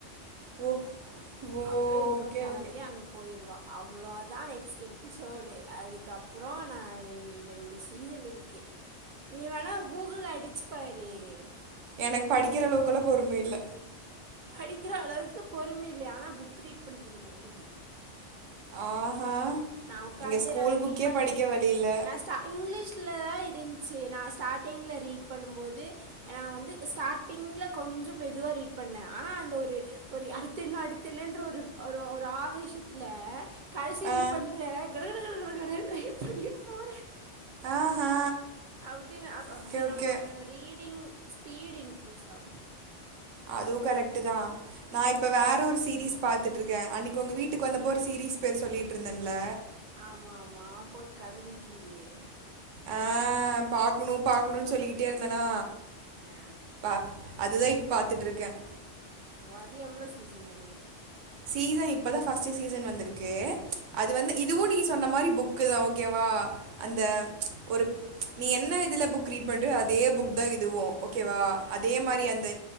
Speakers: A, on the right; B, on the right.
A: ஓ ஓ
B: அப்டியே இவளு
A: ஓகே,
B: கெளம்பி
A: ஓகே.
B: அங்க போயிருவா அவ்ளோதா நெக்ஸ்ட்டு எபிசோடு அதுக்கப்பறோ நா இனி ரெண்டு சீசன் இருக்கி நீ வேணா கூகுள் அடிச்சி பாரு <unintelligible>
A: எனக் படிக்கிற அளவுக்கல்லா பொறும இல்ல
B: படிக்கிற அளவுக்கு பொறுமை இல்லையா ஆனா புக் ரீட் பண்றது நல்லது
A: ஆஹா!
B: நா உக்காந்து
A: இங்க ஸ்கூல்
B: நா ரீட்
A: புக்கே
B: பண்
A: படிக்க வழி இல்ல.
B: நா ஸ்டார்ட் இங்கிலீஸ் அ தா இருந்ச்சி நா ஸ்டார்டிங்ல ரீட் பண்ணும் போது ஏனா வந்து ஸ்டார்டிங்ல கொஞ்சோ மெதுவா ரீட் பண்ணே ஆனா அந்த ஒரு ஒரு அடுத்தென்ன அடுத்தென்னன்ற ஒரு ஒரு ஒரு ஆவேஷத்துல கல்சரி
A: ஆ,
B: பண்றே கடகடகடகடனு ரீட் பண்ணிட்டு போறேன்
A: ஆஹா!
B: அப்டி நா பப்டி
A: ஓகே, ஓகே.
B: நம்மளோட ரீடிங் ஸ்பீடு இன்கிரீஸ் ஆகும்
A: அதுவும் கரெக்டு தா நா இப்போ வேற ஒரு சீரீஸ் பாத்துட்டுருக்கேன் அன்னைக்கு உங்க வீட்டுக்கு வந்தப்போ ஒரு சீரீஸ் பேர் சொல்லிட்டு இருந்தேன்ல
B: ஆமா ஆமா போட்டு கதறிட்டு இருந்தியே
A: ஆ பாக்கணும் பாக்கணுனு சொல்லிட்டே இருந்தேனா
B: ஆ
A: பா அதுதான் இப்ப பாத்துட்டு இருக்கேன்
B: வாது எவ்வளோ சீசனே
A: சீச இப்பதா ஃபஸ்ட் சீசன் வந்துருக்கு அது வந்து இதுவும் நீங்க சொன்ன மாரி புக்கு தான் ஓகேவா அந்த
B: ஆ
A: ஒரு நீ என்ன இதுல புக் ரீட் பண்றியோ அதே புக் தான் இதுவும் ஓ கேவா அதே
B: ஓ
A: மாரி அந்த